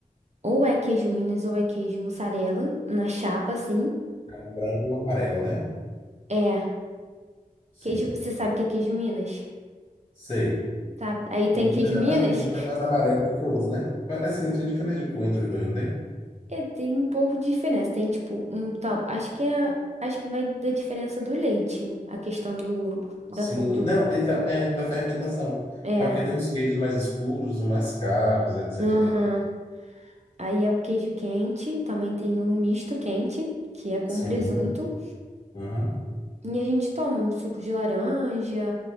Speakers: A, on the right (about 50°); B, on the left (about 40°).
A: ou é queijo Minas ou é queijo mussarela, na chapa, assim.
B: É um branco ou amarelo, né?
A: É,
B: Sim.
A: queijo, você sabe o que é queijo Minas,
B: Sei.
A: sabe? Aí tem
B: ele
A: queijo
B: é
A: Minas?
B: mais, um é mais amarelo do que o outro, né? Mas, Assim, tem diferença de cor entre os dois, não tem?
A: É, tem um pouco de diferença. Tem tipo um tal. Acho que é. Acho que vai da diferença do leite. A questão do, da
B: Sim,
A: cor do.
B: não, então, é da fermentação.
A: É.
B: Mas porque tem uns queijos mais escuros, uns mais caros, etc
A: Aham.
B: e tal.
A: Aí é o queijo quente. Também tem um misto quente, que é com
B: Sim.
A: presunto.
B: Uhum.
A: E a gente toma um suco de laranja,